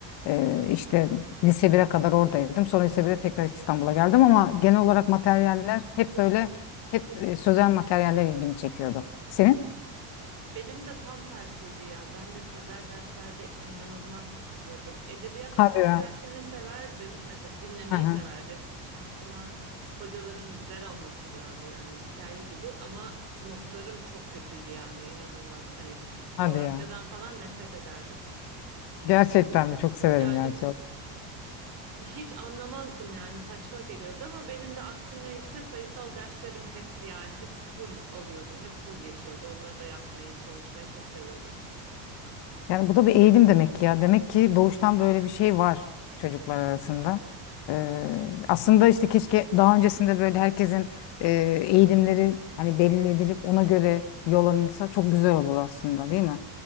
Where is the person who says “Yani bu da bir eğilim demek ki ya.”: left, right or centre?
Left